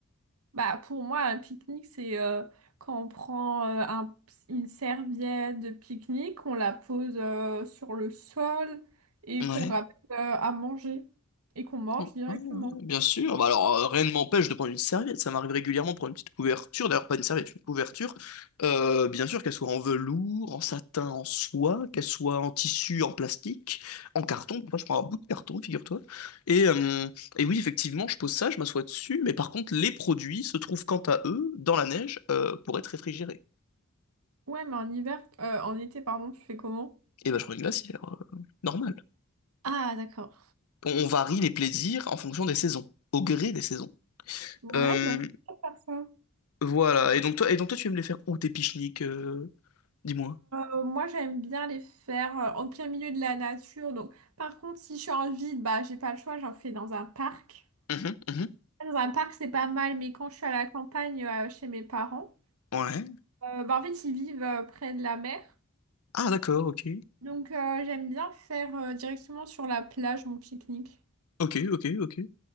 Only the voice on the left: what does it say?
Ouais.
Quand-
ouais, ouais, bien sûr. Bah alors, euh, rien ne m'empêche de prendre une serviette. Ça m'arrive régulièrement de prendre une petite couverture. D'ailleurs, pas une serviette, une couverture. Euh, bien sûr, qu'elle soit en velours, en satin, en soie, qu'elle soit en tissu, en plastique, en carton. Moi, je prends un bout de carton, figure-toi. Et, euh, et oui, effectivement, je pose ça, je m'assois dessus. Mais par contre, les produits se trouvent quant à eux dans la neige euh, pour être réfrigérés.
Et ben, je prends une glacière. euh, normal.
On, on varie les plaisirs en fonction des saisons, au gré des saisons.
Euh,
Voilà. Et donc toi, et donc toi, tu aimes les faire où tes pique-niques, euh, dis-moi.
Mhm, mhm.
Ouais.
Ah d'accord, ok.
Ok, ok, ok.